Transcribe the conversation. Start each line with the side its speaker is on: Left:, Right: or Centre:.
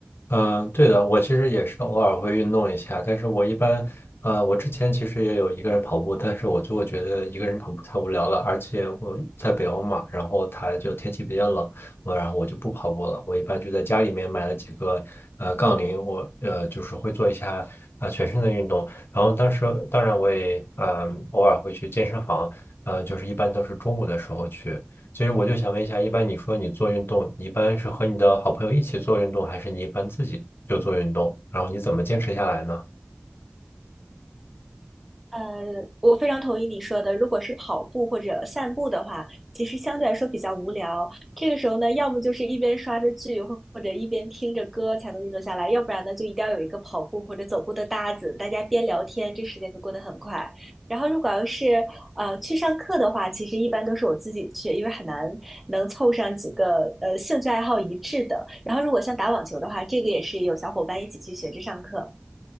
Left: 嗯，对的，我其实也是偶尔会运动一下，但是我一般，呃，我之前其实也有一个人跑步，但是我就会觉得一个人跑步太无聊了，而且我在北欧嘛，然后它就天气比较冷，我然后我就不跑步了，我一般就在家里面买了几个呃杠铃，我呃就是会做一下啊、呃全身的运动，然后当时当然我也嗯、呃偶尔会去健身房，呃就是一般都是中午的时候去。其实我就想问一下，一般你说你做运动，你一般是和你的好朋友一起做运动，还是你一般自己就做运动？然后你怎么坚持下来呢？
Centre: 呃，我非常同意你说的。如果是跑步或者散步的话，其实相对来说比较无聊。这个时候呢，要么就是一边刷着剧，或或者一边听着歌才能运动下来，要不然呢，就一定要有一个跑步或者走步的搭子，大家边聊天，这时间就过得很快。然后，如果要是呃去上课的话，其实一般都是我自己去，因为很难能凑上几个呃兴趣爱好一致的。然后，如果像打网球的话，这个也是有小伙伴一起去学着上课。